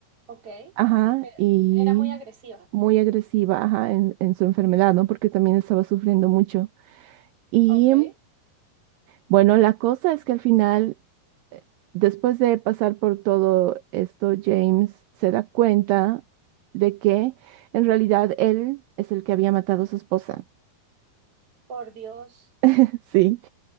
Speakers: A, on the right; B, on the right.
A: Ok. Eh,
B: Ajá, y
A: Era muy agresiva.
B: muy agresiva, ajá, en, en su enfermedad, ¿no? Porque también estaba sufriendo mucho. Y
A: Ok.
B: bueno, la cosa es que al final, después de pasar por todo esto, James se da cuenta de que en realidad él es el que había matado a su esposa.
A: Por Dios.
B: <laughs> Sí,